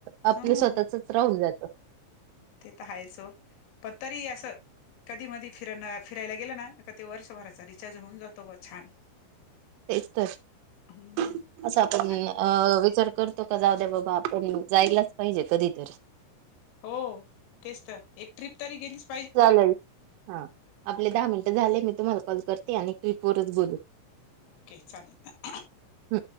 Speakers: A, on the right; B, on the left.
A: - आपल
B: हं
A: स्वतःच राहून जातं.
B: ते तर हायचं ओ पण तरी असं कधी मधी फिरणं फिरायला गेलं ना क ते वर्षभराचा रिचार्ज होऊन जातो ब- छान.
A: तेचं तर,
B: हम्म
A: असं आपण
B: आणि
A: अ- विचार करतो का जाऊ द्या बाबा आपण जायलाचं पाहिजे कधीतरी.
B: हो तेचं तर एक ट्रीप तरी गेलीचं
A: चालेल हा आपले दहा मिनटं झाले मी तुम्हाला कॉल करते आणि ट्रिपवरचं बोलू.
B: ओके, चालेल ना.
A: हम्म.